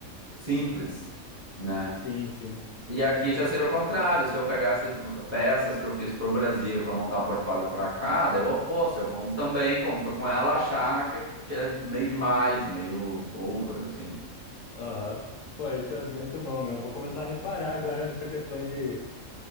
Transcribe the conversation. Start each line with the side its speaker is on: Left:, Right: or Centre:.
Right: simples, né?
Left: Sim, sim,
Right: E aqui já seria o contrário, se eu pegasse peças que eu fiz para o Brasil para montar um portfólio para cá, daí é o oposto, já vão também, como foi com ela, achar que, que é meio demais, meio over, assim.
Left: aham. Pô, isso é muito bom mesmo. Vou começar a reparar agora nessa questão de,